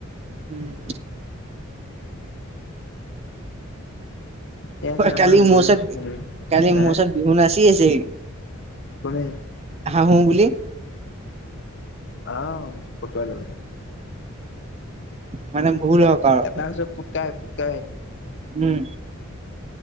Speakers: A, on the right (about 30°); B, on the left (about 55°).
A: উম'।
B: এয়া যে আমাৰ
A: কালি মোৰ
B: যোনে
A: ওচৰত,
B: শুনে
A: কালি
B: হে
A: মোৰ ওচৰত বিহু নাচি আছে।
B: কোনে
A: হাহো বুলি। কি?
B: আহ ফটো লে।
A: মানে ভুল
B: এ
A: হওক আৰু
B: এটা হৈছে পুটকাই- ক'
A: উম।